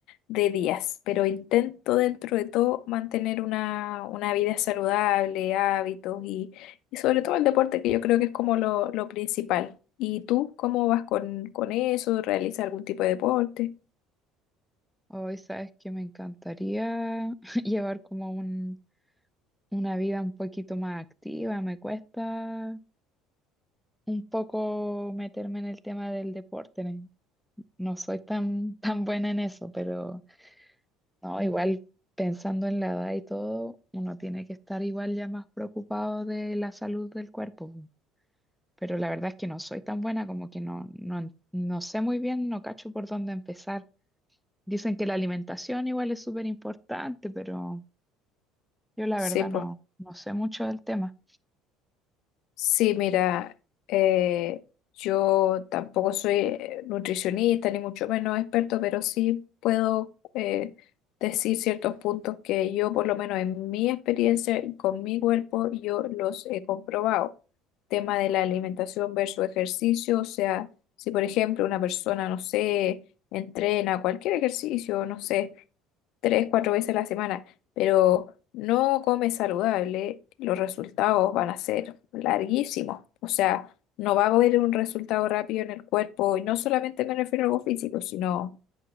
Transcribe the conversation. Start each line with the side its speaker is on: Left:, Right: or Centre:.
Left: de días, pero intento dentro de todo mantener una, una vida saludable, hábitos y, y sobre todo el deporte, que yo creo que es como lo, lo principal. ¿Y tú cómo vas con, con eso? ¿Realizas algún tipo de deporte?
Centre: Hoy sabes que me encantaría <laughs> llevar como un, una vida un poquito más activa. Me cuesta un poco meterme en el tema del deporte. Ne- No soy tan, tan buena en eso, pero no, igual pensando en la edad y todo, uno tiene que estar igual ya más preocupado de la salud del cuerpo. pero la verdad es que no soy tan buena, como que no, no, en- no sé muy bien, no cacho por dónde empezar. Dicen que la alimentación igual es súper importante, pero yo la
Left: Sí,
Centre: verdad no, no sé mucho del tema.
Left: Sí, mira, eh, yo tampoco soy eh, nutricionista ni mucho menos experto, pero sí puedo eh, decir ciertos puntos que yo, por lo menos en mi experiencia y con mi cuerpo, yo los he comprobado. Tema de la alimentación versus ejercicio, o sea, si por ejemplo una persona, no sé, entrena cualquier ejercicio, no sé tres, cuatro veces a la semana, pero no comes saludable, los resultados van a ser larguísimos. O sea, no va a haber un resultado rápido en el cuerpo, y no solamente me refiero a algo físico, sino